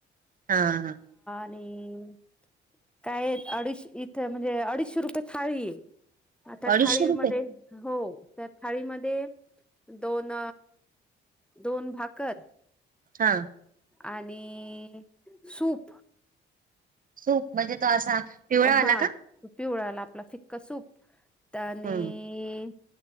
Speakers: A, on the right; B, in the centre.
A: हां, हा.
B: आणि काय अडीचश इथे म्हणजे अडीचशे रुपये थाळी हे. आता
A: अडीचशे
B: थाळीमध्ये
A: रुपये
B: हो त्या थाळीमध्ये दोन दोन भाकर
A: हा.
B: आणि सूप,
A: सूप म्हणजे तो असा पिवळावाला
B: हा
A: का?
B: पिवळाला आपला फिक्का सूप आणि
A: हम्म